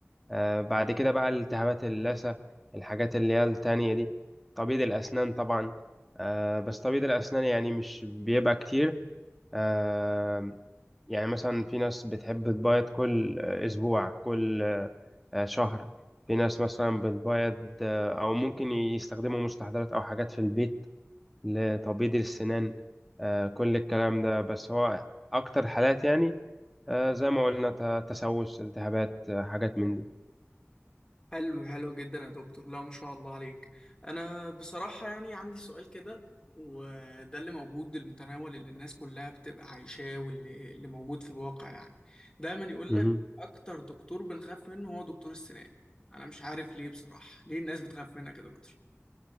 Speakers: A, in the centre; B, on the left.
A: آه، بعد كده بقى التهابات اللثة الحاجات اللي هي التانية دي تبييض الأسنان طبعا آه، بس تبييض الأسنان يعني مش بيبقى كتير آه، يعني مثلا في ناس بتحب تبيض كل آه، أسبوع كل آه، آه، شهر في ناس مثلا بتبيض آه، أو ممكن يستخدموا مستحضرات أو حاجات في البيت لتبييض السنان آه، كل الكلام ده بس هو أكتر حالات يعني آه، زي ما قلنا ت- تسوس التهابات آه، حاجات من دي
B: حلو حلو جدا يا دكتور لا ما شاء الله عليك انا بصراحة يعني عندي سؤال كده وده اللي موجود المتناول اللي الناس كلها بتبقى عايشاه واللي اللي موجود في الواقع يعني دايما يقول
A: مهم.
B: لك اكتر دكتور بنخاف منه هو دكتور السنان انا مش عارف ليه بصراحة ليه الناس بتخاف منك يا دكتور